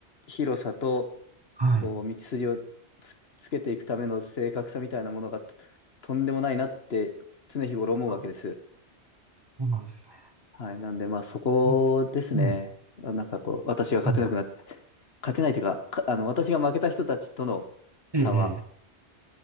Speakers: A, on the left (about 65°); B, on the right (about 25°).
A: 広さと、
B: はい。
A: こう、道筋をつ、つけていくための正確さみたいなものがと、とんでもないなって常日頃思うわけです。
B: あ、そうなんですね。
A: はい。なんで、まあ、そこですね。
B: モンスター。はい。
A: あなんかこう、私が勝てなくな、
B: はい。
A: 勝てないというか、か、あの、私が負けた人たちとの差は、
B: ええ、ええ